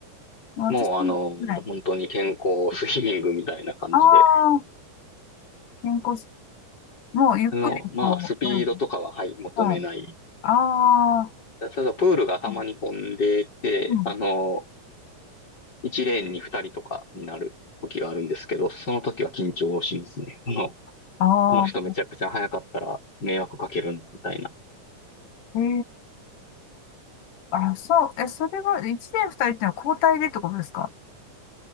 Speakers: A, on the left; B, on the left.
A: 私も、
B: もうあの、
A: はい。
B: 本当に健康スイミングみたいな感じで。
A: ああ、健康す、もう、ゆっくり、
B: あの、まあ、
A: こう、
B: スピードとかは、
A: 泳ぐ。
B: はい、求めない。
A: はい。ああ、
B: ただ、プールがたまに混んでて、
A: うん。
B: あの、1レーンに2人とかになる時があるんですけど、その時は緊張しますね。あの、
A: ああ、
B: この人めちゃくちゃ速かったら迷惑かけるみたいな。
A: ええ、あ、そう、え、それは、一年二人ってのは交代でってことですか